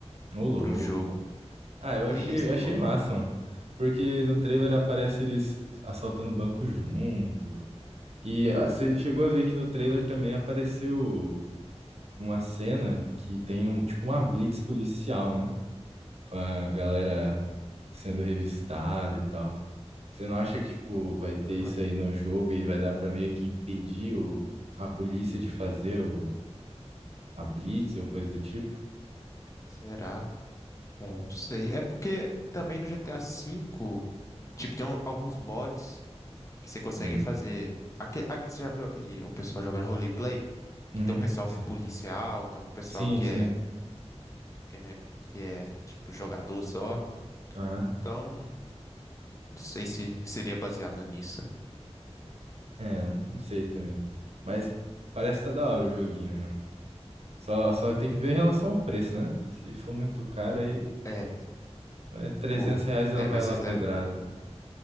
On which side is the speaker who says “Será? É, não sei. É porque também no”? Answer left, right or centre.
Left